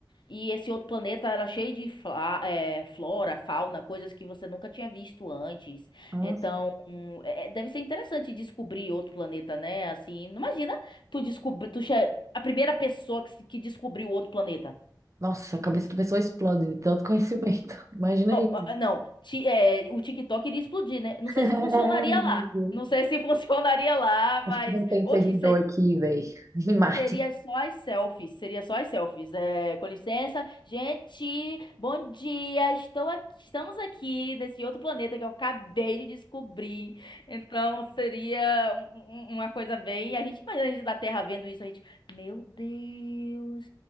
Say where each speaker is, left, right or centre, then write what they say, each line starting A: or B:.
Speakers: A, on the left; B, on the right.
A: E esse outro planeta era cheio de fla- eh, flora, fauna, coisas que você nunca tinha visto antes.
B: nossa.
A: Então, hum, é- é- deve ser interessante descobrir outro planeta, né? Assim, não imagina tu descobrir, tu che- a primeira pessoa que, se- que descobriu outro planeta.
B: Nossa, a cabeça da pessoa explode de tanto conhecimento. <laughs> Imagina
A: Ó,
B: aí.
A: ó, ó, não, ti- eh, o TikTok iria explodir, né? Não sei
B: <laughs>
A: se funcionaria
B: meu
A: lá.
B: Deus.
A: Não sei se <laughs> funcionaria lá, mas.
B: Acho que não tem
A: Oxe,
B: servidor aqui, velho. Em Marte.
A: Seria só as selfies, seria só as selfies. É, com licença, gente, bom dia. Estou aqui- estamos aqui nesse outro planeta que eu acabei de descobrir. Então seria um- um- uma coisa bem. A gente imagina a gente da Terra vendo isso, a gente, meu Deus.